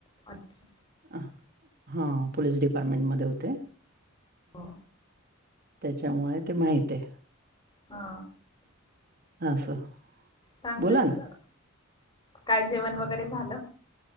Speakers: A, on the left (about 25°); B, on the right (about 45°).
A: अच्छा
B: अ हा पोलीस डिपार्टमेंट मध्ये होते.
A: हो
B: त्याच्यामुळे ते माहित आहे.
A: हा
B: असं
A: चांगलंय,
B: बोला ना
A: काय जेवण वगैरे झालं?